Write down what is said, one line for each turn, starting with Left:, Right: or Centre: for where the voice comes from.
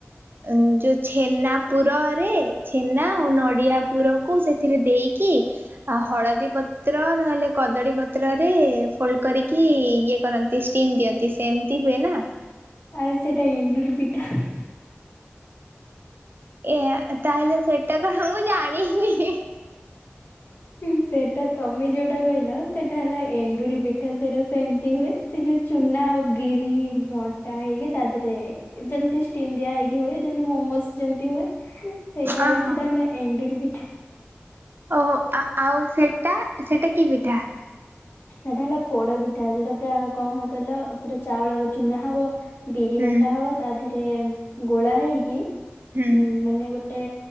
Right: ଉଁ ଯୋଉ ଛେନା ପୁରରେ ଛେନା ଆଉ ନଡ଼ିଆ ପୁରକୁ ସେ ଏଥିରେ ଦେଇକି। ଆ ହଳଦୀ ପତ୍ର ନହେଲେ କଦଳୀ ପତ୍ରରେ ଫୋଲ୍ଡ କରିକି ଇଏ କରନ୍ତି। ଷ୍ଟିମ୍ ଦିଅନ୍ତି ସେମିତି ହୁଏ ନା?
Left: ଆରେ ସେଇଟା ଏଣ୍ଡରି ପିଠା।
Right: ଏ ତାହେଲେ ସେଟା କଣ ମୁଁ ଜାଣିନି।
Left: ହୁଁ। ସେଟା ତମେ ଯୋଉଁଟା କହିଲ ସେଇଟା ହେଲା ଏଣ୍ଡୁରି ପିଠା ସେଇଟା ସେମିତି ହୁଏ। ସେ ଯୋଉଁ ଚୁନା ଆଉ ବିରି ଗଣ୍ଟା ହେଇକି ତା ଦେହରେ ଯେମିତି ଷ୍ଟିଣ୍ଡିଆ ହେଇକି ହୁଏ ଯେମିତି ମୋମୋଜ୍। ଯେମତି ହୁଏ ସେଇଟା
Right: ଅ ହଁ।
Left: ସେଟା ହେଲା ଏଣ୍ଡୁରି ପିଠା।
Right: ଓହୋ ଆଁ -ଆଉ ସେଟା ସେଇଟା କି ପିଠା।
Left: ସେଇଟା ହେଲା ପୋଡ ପିଠା ଯୋଉଟା ପୁରା କଣ ହୁଏ କହିଲ ପୁରା ଚାଉଳ ଚୁନା ହବ। ବିରି
Right: ହୁଁ
Left: ବଟା ହବ ତା ଦେହରେ ଗୋଳା ହେଇକି
Right: ହୁଁ
Left: ମାନେ ଗୋଟ୍ ଗୋଟେ